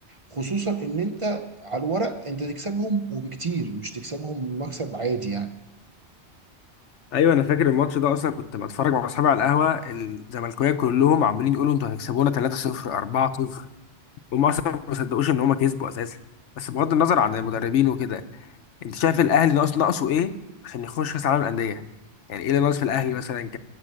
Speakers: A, on the right; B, on the left.
A: خصوصا ان انت على الورق انت تكسبهم وبكتير مش تكسبهم مكسب عادي يعني
B: ايوه انا فاكر الماتش ده اصلا كنت بتفرج مع اصحابي على القهوه الزملكاويه كلهم عمالين يقولوا انتوا هتكسبونا 3-0 4-0 هم اصلا ما صدقوش ان هم كسبوا اساسا بس بغض النظر عن المدربين وكده انت شايف الاهلي ناقص ناقصه ايه عشان يخش كاس عالم الانديه يعني ايه اللي ناقص في الاهلي مثلا